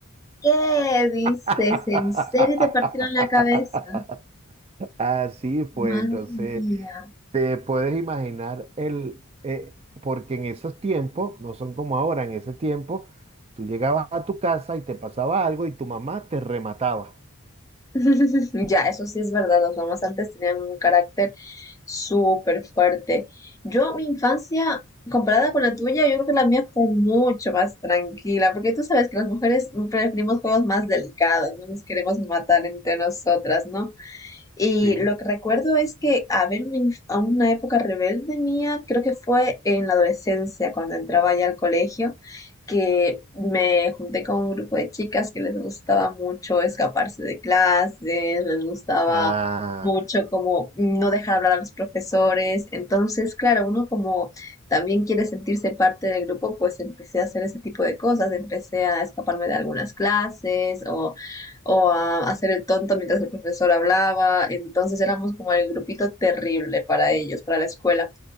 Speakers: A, on the left (about 15°); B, on the right (about 30°).
A: ¿Qué dices?
B: <laughs>
A: ¿En serio te partieron la cabeza?
B: Así fue,
A: Madre
B: entonces
A: mía.
B: te puedes imaginar el, eh, porque en esos tiempos, no son como ahora, en ese tiempo, tú llegabas a tu casa y te pasaba algo y tu mamá te remataba,
A: <laughs> Ya, eso sí es verdad, las mamás antes tenían un carácter súper fuerte. Yo, mi infancia, comparada con la tuya, yo creo que la mía fue mucho más tranquila, porque tú sabes que las mujeres preferimos juegos más delicados, no nos queremos matar entre nosotras, ¿no? Y
B: ¿sí?
A: lo que recuerdo es que haber una, inf- a una época rebelde mía, creo que fue en la adolescencia, cuando entraba ya al colegio, que me junté con un grupo de chicas que les gustaba mucho escaparse de clases, les gustaba
B: Ah.
A: mucho como no dejar hablar a los profesores. Entonces, claro, uno como también quiere sentirse parte del grupo, pues empecé a hacer ese tipo de cosas, empecé a escaparme de algunas clases o o a hacer el tonto mientras el profesor hablaba. Entonces éramos como el grupito terrible para ellos, para la escuela.